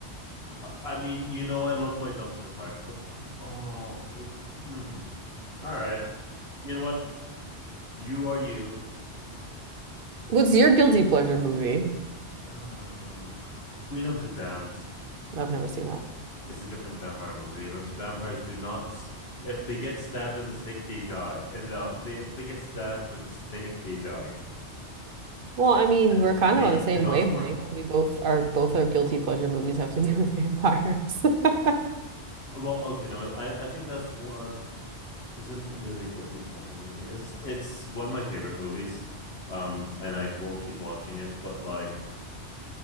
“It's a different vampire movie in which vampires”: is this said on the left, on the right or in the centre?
Left